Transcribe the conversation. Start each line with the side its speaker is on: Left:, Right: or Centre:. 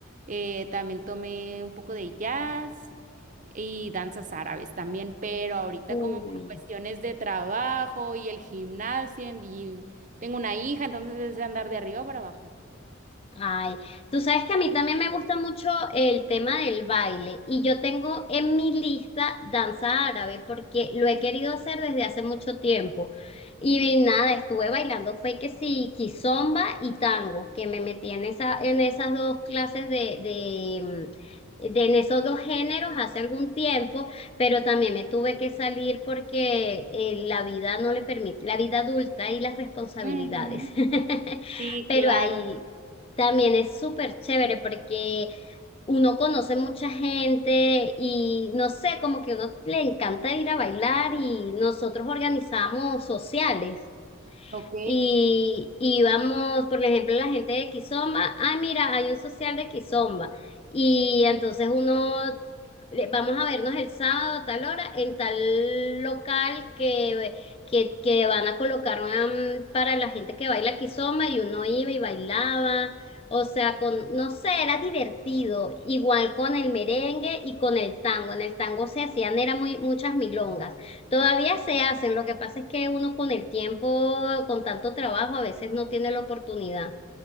Right: eh, también tomé un poco de jazz y danzas árabes también, pero ahorita
Left: Uy.
Right: como por cuestiones de trabajo y el gimnasio y tengo una hija, entonces es de andar de arriba para abajo.
Left: Ay, tú sabes que a mí también me gusta mucho el tema del baile y yo tengo en mi lista danza árabe porque lo he querido hacer desde hace mucho tiempo. Y nada, estuve bailando, fue que sí, kizomba y tango, que me metí en esa, en esas dos clases de, de, mm, de- en esos dos géneros hace algún tiempo, pero también me tuve que salir porque eh, la vida no le permite, la vida adulta y las responsabilidades.
Right: Ujú,
Left: <laughs>
Right: Sí,
Left: Pero
Right: claro.
Left: ahí también es súper chévere porque uno conoce mucha gente y no sé, como que a uno le encanta ir a bailar y nosotros organizamos sociales
Right: Ok,
Left: y íbamos, por ejemplo, la gente de Kizomba, ay mira, hay un social de Kizomba y entonces uno le- Vamos a vernos el sábado a tal hora en tal local que, que, que van a colocar um, para la gente que baila kizomba y uno iba y bailaba. O sea, con, no sé, era divertido. Igual con el merengue y con el tango. En el tango se hacían, era muy, muchas milongas. Todavía se hacen, lo que pasa es que uno con el tiempo, con tanto trabajo, a veces no tiene la oportunidad.